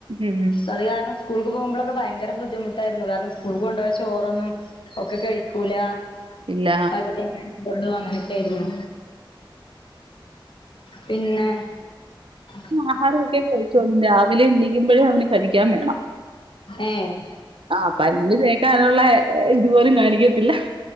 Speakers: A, on the right; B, on the left.
A: ഉം
B: അത് കാരണം സ്കൂൾക്ക് പോകുമ്പളൊക്കെ ഭയങ്കര ബുദ്ധിമുട്ടായിരുന്നു കാരണം സ്കൂൾ കൊണ്ടുപോയ ചോറൊന്നും ഒക്കെ കഴിക്കൂല
A: ഇല്ല
B: പകുതി കഴികുള്ളു അങ്ങനെ ക്കേരുന്നു പിന്നെ ഉ
A: ആഹാരം ഒക്കെ കഴിച്ചോളും രാവിലെ എണീക്കുമ്പഴേ അവന് കഴിക്കാൻ വേണം
B: ഏഹ്
A: ആഹ് പല്ല് തേക്കാനുള്ള ഇതുപോലും കാണിക്കത്തില്ല